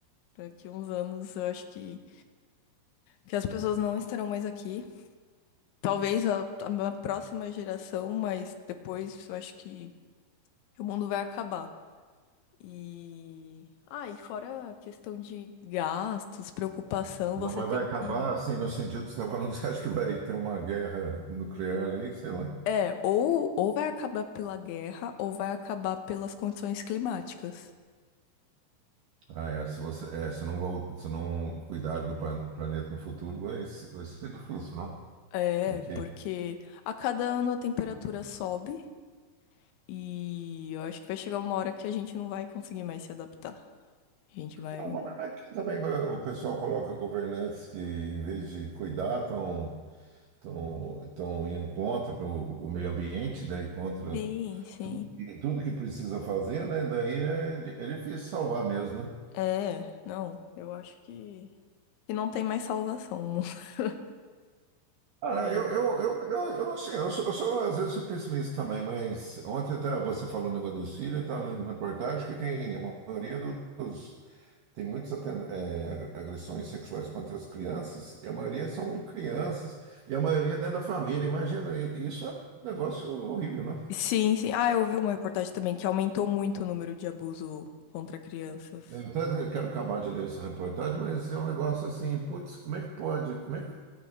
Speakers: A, on the left; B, on the right.
A: Daqui uns anos, eu acho que, que as pessoas não estarão mais aqui. Talvez a, a minha próxima geração, mas depois eu acho que o mundo vai acabar. E. Ah, e fora a questão de gastos, preocupação,
B: Não,
A: você
B: mas
A: tem
B: vai
A: que.
B: acabar, assim, no sentido que você está falando, <laughs> você acha que vai ter uma guerra nuclear aí, sei lá.
A: É, ou, ou vai acabar pela guerra, ou vai acabar pelas condições climáticas.
B: Ah, é, se você, é, se não, vol- se não cuidar do plan- planeta no futuro, vai, se- vai ser difícil, né?
A: É,
B: Porque
A: porque a cada ano a temperatura sobe e eu acho que vai chegar uma hora que a gente não vai conseguir mais se adaptar. A gente vai.
B: Não, o problema é que também vai- o pessoal coloca governantes que, em vez de cuidar, estão tão, tão tão indo contra o, o meio ambiente, daí contra
A: Sim, sim.
B: tudo que, tudo que precisa fazer, né? Daí é, di- é difícil salvar mesmo, né?
A: É, não, eu acho que, que não tem mais salvação. <laughs>
B: Cara,
A: É.
B: eu, eu, eu, eu, eu não sei, eu sou, eu sou, às vezes sou pessimista também, mas ontem até você falou o negócio do Círio, eu estava lendo na reportagem que tem a maioria dos Tem muitas aten- é, agressões sexuais contra as crianças, e a maioria são crianças, e a maioria dentro da família. Imagina, e- isso é um negócio horrível, né?
A: Sim, sim. Ah, eu vi uma reportagem também que aumentou muito o número de abuso contra crianças.
B: Eu até quero acabar de ler essa reportagem, mas é um negócio assim, putz, como é que pode? Como é que.